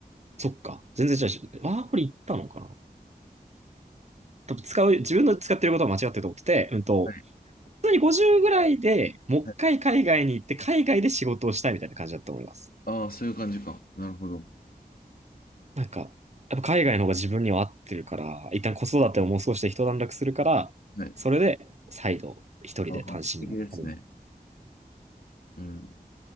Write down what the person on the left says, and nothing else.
はい。
はい。
ああ、そういう感じか。なるほど。
はい。
ああ、素敵ですね。うん。